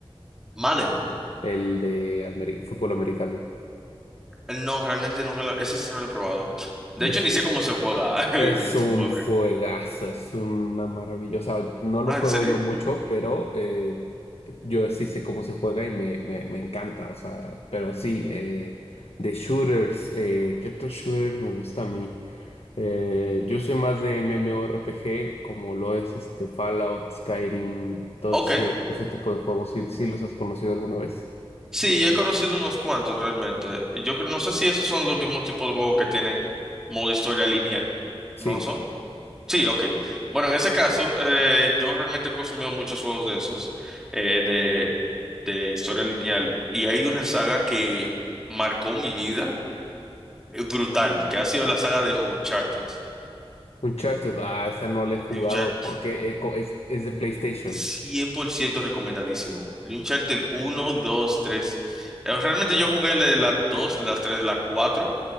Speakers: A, in the centre; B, on the left.
A: Madden.
B: el de ameri- fútbol americano.
A: No, realmente nunca lo... Ese sí no lo he probado. De
B: Es,
A: hecho, ni sé cómo se juega <laughs> el,
B: es
A: el
B: un
A: fútbol.
B: juegazo,
A: bro.
B: es una maravillosa. No lo
A: Ah,
B: juego
A: ¿en serio?
B: yo mucho, pero eh, yo sí sé cómo se juega y me, me, me encanta. O sea, pero sí, eh, de shooters, eh, ¿qué otro shooter me gusta a mí? Eh, yo soy más de MMORPG, como lo es este Fallout, Skyrim, todos
A: Ok.
B: ese, ese tipo de juegos. ¿Sí, sí los has conocido alguna vez?
A: Sí, he conocido unos cuantos realmente. Yo creo- no sé si esos son los mismos tipos de juegos que tienen modo historia lineal.
B: Sí.
A: ¿No son? Sí, ok. Bueno, en ese caso, eh, yo realmente he consumido muchos juegos de esos, eh, de, de historia lineal. Y hay una saga que marcó mi vida, eh, brutal, que ha sido la saga de Uncharted.
B: Uncharted. Ah, esa no la he jugado
A: De Uncharted.
B: porque he co- es, es de PlayStation.
A: cien por ciento recomendadísimo. Uncharted uno dos tres Eh, Realmente yo jugué la de las 2, las 3, la 4,